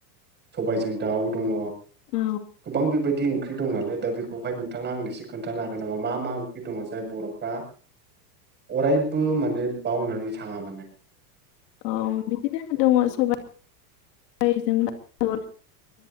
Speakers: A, on the right; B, on the left.
A: सबायजों दाउ दङ
B: औ
A: गोबां बेबायदि ओंख्रि दं नालाय दा बेखौ खौहाय नोंथाङा आंनो एसो खोनन्थानो हागोन नामा मा मा ओंख्रि दङ जाय बर'फ्रा अरायबो माने बावनानै थाङा माने
B: औ बिदिनो दङ सबाय <unintelligible> जोङो